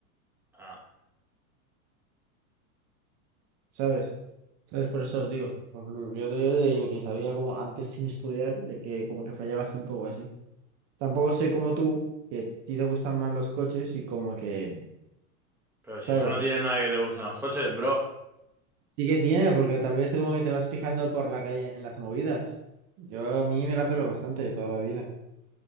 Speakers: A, in the centre; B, on the right (about 35°).
A: Ah,
B: ¿sabes? Entonces por eso os digo. Por Yo te digo de lo que sabía como antes sin estudiar, de que como que fallaba 5 o así. Tampoco soy como tú, que a ti te gustan más los coches y como que,
A: pero
B: ¿sabes?
A: si eso no tiene nada que te guste en los coches, bro.
B: Sí que tiene, porque tal vez tú como que te vas fijando por la calle en las movidas. Yo a mí me la pelo bastante de toda la vida.